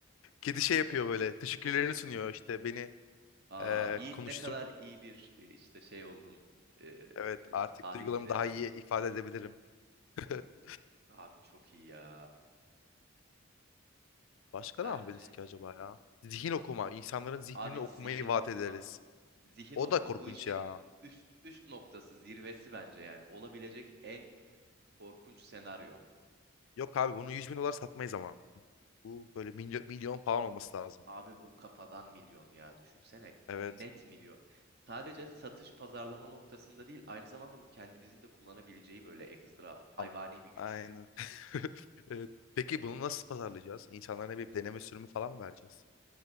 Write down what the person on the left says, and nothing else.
Kedi
şey yapıyor böyle. Teşekkürlerini
sunuyor işte. Beni
ee,
konuştur.
Evet
artık
duygularımı
daha iyi ifade edebilirim. <laughs>
Başka
ne yapabiliriz ki acaba ya? Zihin okuma. insanların zihnini
okumayı
vaat
ederiz.
O
da korkunç
ya.
Yok abi bunu 100 bin dolar satmayız ama. Bu böyle milyon, milyon falan olması lazım.
Evet.
Am-
Aynen. <laughs> Evet. Peki bunu nasıl pazarlayacağız? İnsanlara ne bir deneme sürümü falan mı vereceğiz?